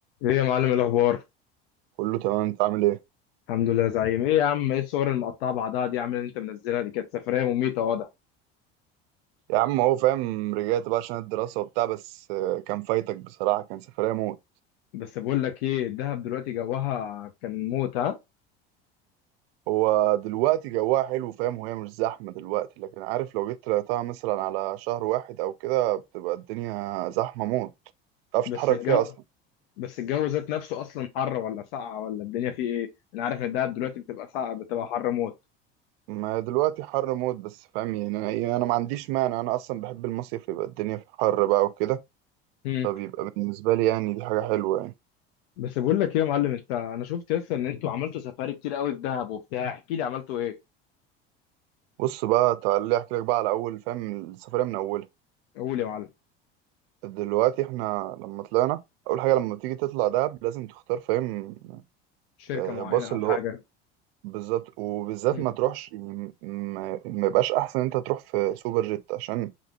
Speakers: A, on the left; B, on the right.
A: ايه يا معلم الاخبار
B: كله تمام انت عامل ايه
A: الحمد لله يا زعيم ايه يا عم ايه الصور المقطعه بعضها دي يا عم اللي انت منزلها دي كانت سفريه مميته واضح
B: يا عم هو فاهم رجعت بقى عشان الدراسة وبتاع بس آه، كان فايتك بصراحة كان سفرية موت
A: بس بقول لك ايه الدهب دلوقتي جوها كان موت ها
B: هو دلوقتي جواها حلو فاهم وهي مش زحمة دلوقتي لكن عارف لو جيت طلعتها مثلا على شهر واحد او كده بتبقى الدنيا زحمة موت متعرفش
A: بس
B: تتحرك
A: الجو
B: فيها اصلا
A: بس الجو ذات نفسه اصلا حر ولا ساقعه ولا الدنيا فيه ايه انا عارف ان الدهب دلوقتي بتبقى ساقعه بتبقى حر موت
B: ما دلوقتي حر موت بس فاهم يعني انا يعني انا ما عنديش مانع انا اصلا بحب المصيف يبقى الدنيا في حر بقى وكده
A: هم.
B: فبيبقى بالنسبة لي يعني دي حاجة حلوة يعني
A: بس بقول لك ايه يا معلم انت انا شفت لسه ان انتوا عملتوا سفاري كتير قوي في دهب وبتاع احكي لي عملتوا ايه
B: بص بقى تعالى احكي لك بقى على اول فاهم السفرية من اولها
A: قول يا معلم
B: دلوقتي احنا لما طلعنا اول حاجه لما تيجي تطلع دهب لازم تختار فاهم
A: شركه
B: آه،
A: معينه
B: باص اللي
A: او حاجه
B: هو بالظبط وبالذات
A: هم.
B: ما تروحش يعني ما ما يبقاش احسن انت تروح في سوبر جيت عشان